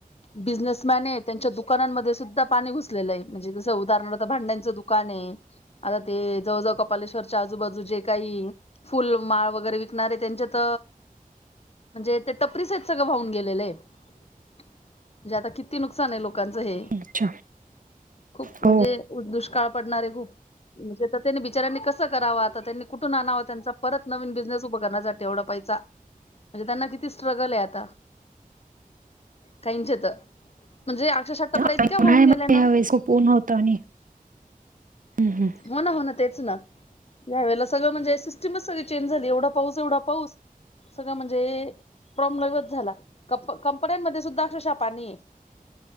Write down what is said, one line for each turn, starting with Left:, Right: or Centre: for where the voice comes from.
Left: बिजनेसमॅन त्यांच्या दुकानांमध्ये सुद्धा पाणी घुसलेलं आहे म्हणजे जसं उदाहरणार्थ भांड्यांचं दुकान आहे आता ते जवळ, जवळ कपालेश्वरच्या आजूबाजू जे काही फुल माळ वगैरे विकणार आहे त्यांच्यात त म्हणजे ते टपरी सहित सगळं वाहून गेलेले आहे म्हणजे आता किती नुकसान आहे लोकांचं हे
Right: अच्छा
Left: खूप
Right: हो
Left: म्हणजे दुष्काळ पडणार आहे खूप म्हणजे आता त्यांनी बिचारांनी कसं करावा आता त्यांनी कुठून आणाव त्यांचा परत नवीन बिझनेस उभं करण्यासाठी एवढा पै सा म्हणजे त्यांना किती स्ट्रगल आहे आता काहींचेत म्हणजे अक्षरशः टपऱ्या
Right: आणि
Left: इतक्या वाहून
Right: उन्हाळ्यामध्ये
Left: गेल्या ना
Right: ह्यावेळेस खूप ऊन होतं आणि हम्म, हम्म.
Left: होना, होना तेच ना यावेेळेला सगळं म्हणजे सिस्टमच सगळी चेंज झाली एवढा पाऊस एवढा पाऊस सगळं म्हणजे प्रॉब्लेमच झाला कप कंपन्यांमध्ये सुद्धा अक्षरशा पानीय